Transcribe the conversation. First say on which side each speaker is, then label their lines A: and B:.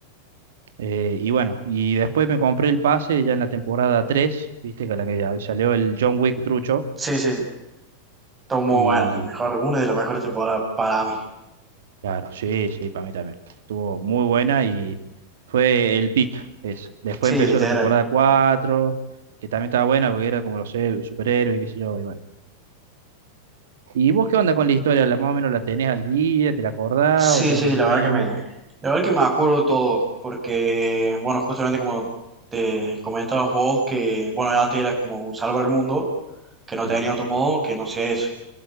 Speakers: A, on the right (about 60°); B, on the right (about 15°).
A: Eh, y bueno, y después me compré el pase ya en la temporada 3, viste, que la que ya salió el John Wick trucho.
B: Sí, sí, sí. Todo muy
A: Y
B: bueno, el mejor, una de las mejores temporadas para mí.
A: claro, sí, sí, para mí también. Estuvo muy buena y fue el pick, eso. Después
B: Sí,
A: empezó
B: literal.
A: la temporada 4 que también estaba buena porque era como los eh, superhéroes, qué sé yo, y bueno. ¿Y vos qué onda con la historia? ¿La, más o menos la tenés al día? ¿Te la acordás
B: Sí,
A: o ya
B: sí,
A: más
B: la
A: o menos?
B: verdad que me, la verdad que me acuerdo de todo, porque, bueno, justamente como te comentabas vos, que, bueno, antes era como un salvar el mundo, que no
A: Claro.
B: tenía otro modo que no sea eso.